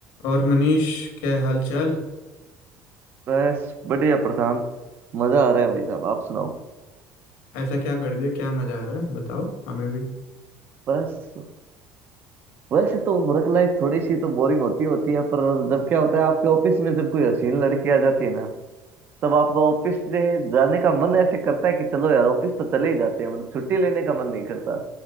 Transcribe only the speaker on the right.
बस बढ़िया प्रशांत मजा आ रहा है भाई साहब आप सुनाओ
बस वैसे तो वर्क लाइफ थोड़ी सी तो बोरिंग होती होती है पर जब क्या होता है आपके ऑफिस में जब कोई हसीन लड़की आ जाती है ना तब आपका ऑफिस से जाने का मन ऐसे करता है कि चलो यार ऑफिस तो चले ही जाते हैं मतलब छुट्टी लेने का मन नहीं करता